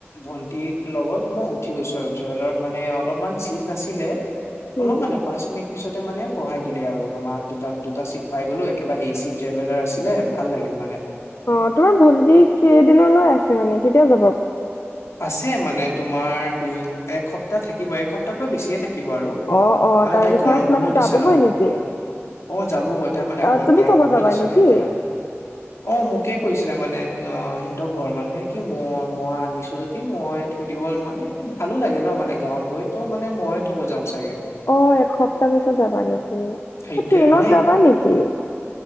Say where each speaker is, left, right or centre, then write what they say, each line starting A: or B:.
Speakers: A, on the left (about 90°); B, on the left (about 65°).
A: ভন্টিক লগত মই উঠি গৈছো আৰু ট্ৰেভেলত মানে অলপমান চিট নাছিলে।
B: উম,
A: অলপ মানে পাঁচ মিনিট। পিছতে মানে বঢ়াই দিলে আৰু আমাৰ দুটাক দুটা চিট পাই গলো একেবাৰে এ চি ট্ৰেভেলাৰ আছিলে ভাল লাগিল মানে
B: অ তোমাৰ ভণ্টি কেইদিনলৈ আছে মানে কেতিয়া যাব?
A: আছে মানে তোমাৰ দু এসপ্তাহ থাকিব একসপ্তাহকৈ বেছিয়ে থাকিব আৰু।
B: অ', অ',
A: মানে
B: তাৰ
A: তাইক
B: পিছত
A: গৰম বন্ধ
B: মানে
A: দিছে
B: যাবগৈ
A: ন
B: নেকি।
A: অ', যাবগৈ তাই মানে
B: অ',
A: গ
B: তুমি
A: গৰম
B: থ'ব
A: বন্ধ
B: যাবা
A: দিছে
B: নেকি?
A: ন এতিয়া। অ', মোকে কৈছিলে মানে অ', সিন্দ ঘৰৰ মানুহে কি ম মই আনি যদি মই থৈ দিব মানে ভালো লাগে ন মানে গাঁৱত গৈ ত' মানে মই থব যাম চাগে।
B: অ', এসপ্তাহ পিছত যাবা নেকি
A: সেইটোয়ে
B: ট্ৰেইনত
A: মানে
B: যাবা নেকি।